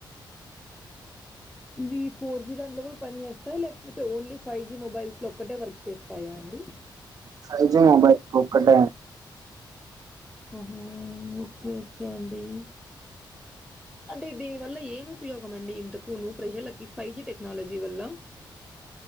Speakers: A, in the centre; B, on the right.
A: ఇవి ఫోర్ జి దాంట్లో కూడా పని చేస్తాయి లేకపోతే ఓన్లీ ఫైవ్ జి మొబైల్స్ లో ఒక్కటే వర్క్ చేస్తాయా అండి
B: ఫైవ్ జీ మొబైల్ ఒక్కటే
A: హమ్ ఓకే ఓకే అండి అంటే దీని వల్ల ఏం ఉపయోగం అండి ఇంతకును ప్రజలకి ఫైవ్ జీ టెక్నాలజీ వల్ల